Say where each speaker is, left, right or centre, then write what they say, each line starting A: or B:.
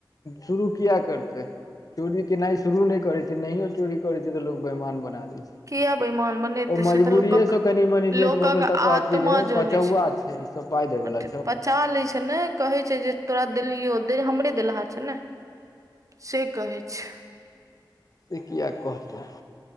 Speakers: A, on the left; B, on the right.
A: शुरू किए करतै? चोरी केनाइ शुरू नहि करै छैय नहियो चोरी करै छै तऽ लोक बेहमान बना दै छैय। ओ
B: किया बेईमान बनेतै से
A: मजबूरियेसँ
B: तऽ लोकक
A: कनि मनि लेट
B: लोकक
A: भऽ गेल तऽ
B: आत्मा
A: कहत जे
B: जनै
A: पचौआ
B: छै
A: छैय ई सब। पाय देबेला
B: अथी पचा लै छैय ने कहै छैय जे तोरा देलियौ हमरे देलहा छैय ने। से कहै छैय।
A: से किए कहतै?